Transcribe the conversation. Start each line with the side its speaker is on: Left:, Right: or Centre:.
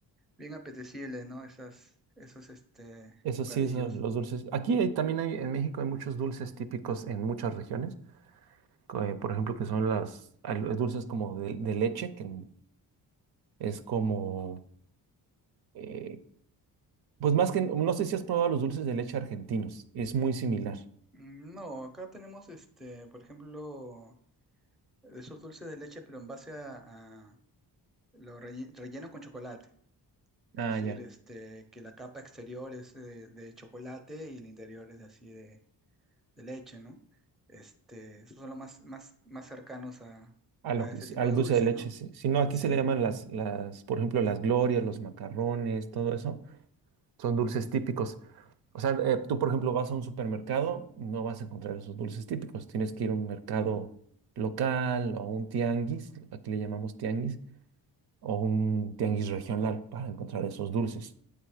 Centre: bien apetecible, ¿no? Esas, esos, este,
Right: eso
Centre: bocadillos.
Right: sí, eso, los dulces. Aquí hay- también hay, en México hay muchos dulces típicos en muchas regiones. eh, por ejemplo, que son las al- dulces como de, de leche, que es como, eh, pues más que, no sé si has probado los dulces de leche argentinos, es muy similar
Centre: Mm, No, acá tenemos, este, por ejemplo, esos dulces de leche, pero en base a, a lo relle- relleno con chocolate. Es
Right: Ah,
Centre: decir,
Right: ya.
Centre: este, que la capa exterior es eh, de, chocolate y el interior es así de, de leche, ¿no? Este, esos son los más, más, más cercanos a,
Right: a
Centre: a
Right: lo que,
Centre: ese tipo
Right: al
Centre: de
Right: dulce
Centre: dulces,
Right: de leche,
Centre: ¿no?
Right: sí. Si no, aquí
Centre: Sí.
Right: se le llaman las, las, por ejemplo, las glorias, los macarrones, todo eso, son dulces típicos. O sea, eh, tú, por ejemplo, vas a un supermercado, no vas a encontrar esos dulces típicos, tienes que ir a un mercado local o a un tianguis, aquí le llamamos tianguis o un tianguis regional para encontrar esos dulces,